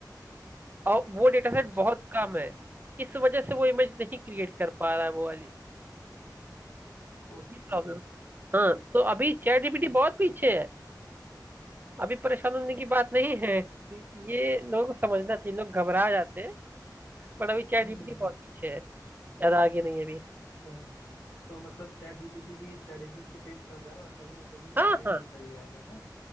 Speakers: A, on the right; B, on the left.
A: और वो डेटा सेट
B: अच्छा
A: बहुत कम है इस वजह से वो इमेज नहीं क्रिएट कर पा रहा है वो वाली
B: ओहो
A: ये प्रॉब्लम हाँ तो अभी चैट जीपीटी बहुत पीछे है अभी परेशान होने की बात नहीं है ये लोग समझना चाहिए लोग घबरा जाते हैं बट अभी चैट
B: हम्म
A: जीपीटी
B: हम्म
A: बहुत
B: हम्म
A: पीछे है ज्यादा आगे नहीं है अभी
B: अच्छा तो मतलब चैट जीपीटी भी चैलेंजेस को फेस कर रहा है और कहीं ना कहीं
A: हाँ
B: आगे भी
A: हाँ
B: निकल जाएगा ना